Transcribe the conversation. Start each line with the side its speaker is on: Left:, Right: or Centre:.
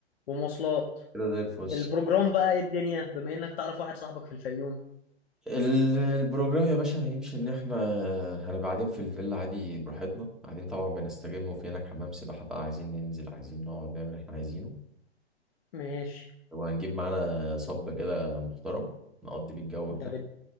Left: ومواصلات
Centre: كده زي الفل
Left: البروجرام بقى ايه الدنيا بما انك تعرف واحد صاحبك في الفيوم
Centre: ال- البروجرام يا باشا هيمشي ان احنا هنبقى قاعدين في الفيلا عادي براحتنا قاعدين طبعا بنستجم وفي هناك حمام سباحة بقى عايزين ننزل عايزين نقعد نعمل اللي احنا عايزينه
Left: ماشي
Centre: وهنجيب معانا صب كده محترم نقضي بالجو
Left: ده
Centre: هناك
Left: بد...